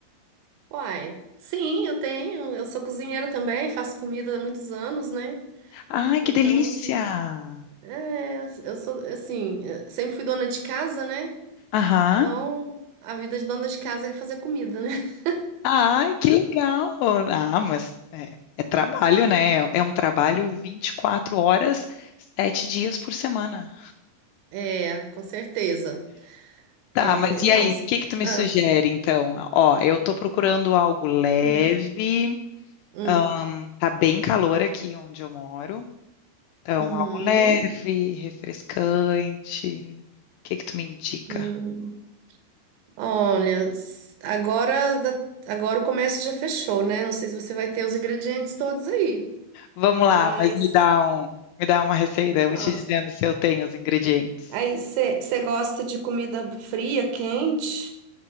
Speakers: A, on the right; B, on the left.
A: Uai, sim, eu tenho. Eu sou cozinheira também, faço comida há muitos anos, né?
B: Ai, que
A: Então,
B: delícia!
A: assim, é, eu eu sou, assim, eu sempre fui dona de casa, né?
B: Aham.
A: Então, a vida de dona de casa é fazer comida, né? <laughs>
B: Ai, que legal! Ah, mas é, é trabalho, né? É um trabalho 24 horas, 7 dias por semana.
A: É, com certeza.
B: Tá,
A: É,
B: mas
A: não.
B: e aí,
A: s-
B: o que que tu me
A: Ah,
B: sugere, então? Ó, eu tô procurando algo leve,
A: hum, hum,
B: ahn, tá bem calor aqui onde eu moro, então
A: uhum,
B: algo leve, refrescante. O que que tu me indica?
A: hum. Olha, s- agora, da- agora o comércio já fechou, né? Não sei se você vai ter os ingredientes todos aí,
B: Vamos
A: mas
B: lá, mas me dá um, me dá uma receita, eu vou
A: ah,
B: te dizendo se eu tenho os ingredientes.
A: aí você gosta de comida fria, quente?